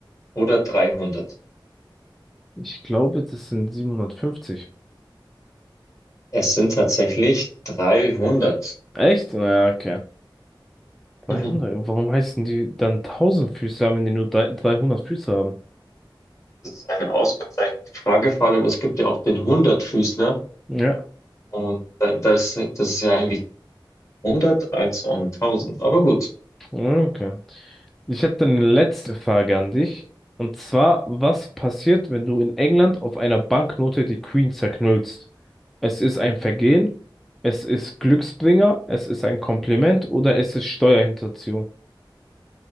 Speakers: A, on the left (about 35°); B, in the centre.
A: oder dreihundert?
B: Ich glaube, das sind 750.
A: Es sind tatsächlich 300.
B: Echt? Ja, okay. 300.
A: <laughs>
B: Warum heißen die dann Tausendfüßler, wenn die nur drei- 300 Füße haben?
A: Das ist eine ausgezeichnete Frage, vor allem es gibt ja auch den Hundertfüßler
B: Ja.
A: und da, das, das ist ja eigentlich hundert als an tausend. Aber gut,
B: Ja, Okay. Ich hätte dann eine letzte Frage an dich. Und zwar, was passiert, wenn du in England auf einer Banknote die Queen zerknüllst? Es ist ein Vergehen, es ist Glücksbringer, es ist ein Kompliment oder es ist Steuerhinterziehung,